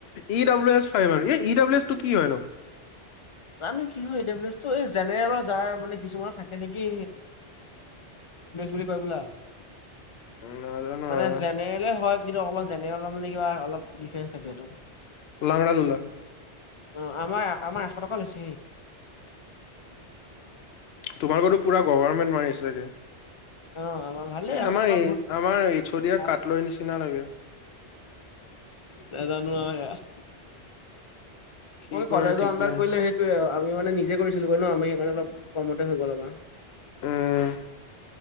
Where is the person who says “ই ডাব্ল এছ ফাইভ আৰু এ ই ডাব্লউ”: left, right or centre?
Left